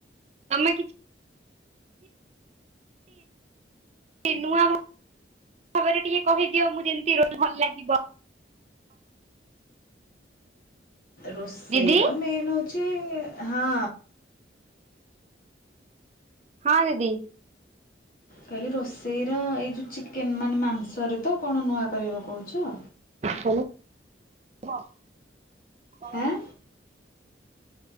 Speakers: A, on the right; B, on the left.
A: ତମେ କିଛି ସେ ନୂଆ ଭାବରେ ଟିକେ କହିଦିଅ ମୁଁ ଯେମିତି ର ଭଲ ଲାଗିବ।
B: ରୋଷେଇ
A: ଦିଦି
B: ର ମେନ୍ ହଉଛି ହଁ।
A: ହଁ ଦିଦି।
B: କହିଲି ରୋଷେଇର ଏଇ ଯୋଉ ଚିକେନ ମାନେ ମାଂସରେ ତ କଣ ନୂଆ କରିବାକୁ କହୁଛ।
A: <unintelligible>
B: ଆଁ